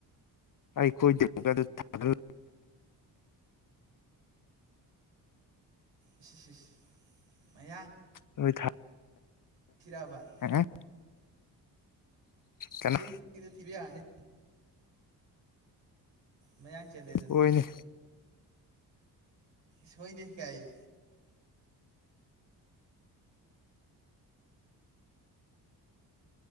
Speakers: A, on the left; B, on the right.
A: ꯑꯩꯈꯣꯏꯗꯃꯛꯇ ꯑꯗꯨ
B: ꯏꯁꯤ ꯁꯤꯁ ꯃꯌꯥꯡ
A: ꯑꯣꯏꯣꯏ ꯊꯥ
B: ꯊꯤꯔꯛꯑꯕ
A: ꯍꯥꯏ ꯀꯅꯣ
B: ꯊꯤꯕꯤ ꯌꯥꯅꯤ ꯃꯌꯥꯡ ꯆ ꯂꯩꯔꯅꯤꯄꯤ
A: ꯍꯣꯏꯅꯦ
B: ꯁꯣꯏꯅꯤ ꯀꯥꯏꯥꯏ